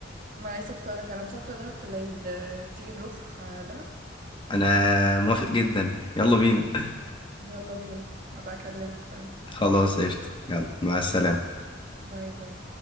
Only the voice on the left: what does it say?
أنا موافق جدا يلا بينا
<laughs> خلاص قشطة يلا مع السلامة